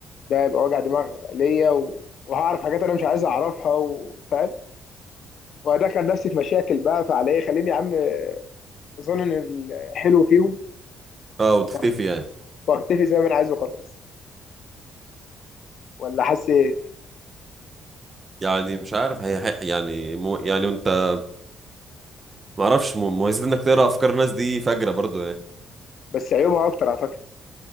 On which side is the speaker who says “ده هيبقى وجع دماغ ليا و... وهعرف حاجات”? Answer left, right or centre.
Left